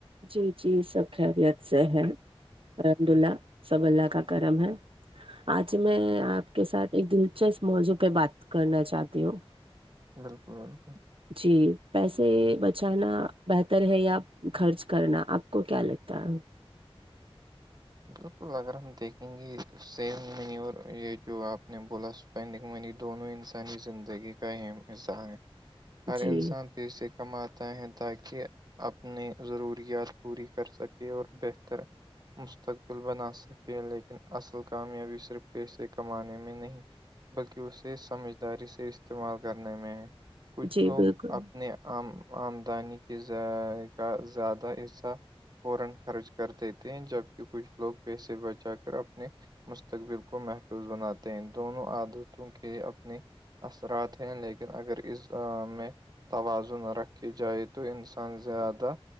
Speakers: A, on the right (about 60°); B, on the right (about 40°).
A: جی جی سب خیریت سے ہے الحمد للہ سب اللہ کا کرم ہے آج میں آپ کے ساتھ ایک دلچسپ موضوع پہ بات کرنا چاہتی ہوں
B: بالکل بالکل
A: جی پیسے بچانا بہتر ہے یا خرچ کرنا آپ کو کیا لگتا ہے
B: بالکل اگر ہم دیکھیں گے سیونگ منی اور یہ جو آپ نے بولا سو اسپینڈنگ منی دونوں انسانی زندگی کا اہم حصہ ہے ہر
A: جی
B: انسان پیسے کماتا ہیں تاکہ اپنے ضروریات پوری کر سکے اور بہتر مستقبل لبنا سکتے ہیں لیکن اصل کامیابی صرف پیسے کمانے میں نہیں بلکہ اسے سمجھداری سے استعمال کرنے میں ہے کچھ
A: جی
B: لوگ
A: بالکل
B: اپنے آم آمدانی کے کا زیادہ حصہ فوران خرچ کر دیتے ہیں جبک کچھ لوگ پیسے بچا کر اپنے مستقبل کو محفوظ بناتے ہیں دونوں عادتوں کے اپنے اثرات ہیں لیکن اگر اس میں توازن رکھی جائے تو انسان زیادہ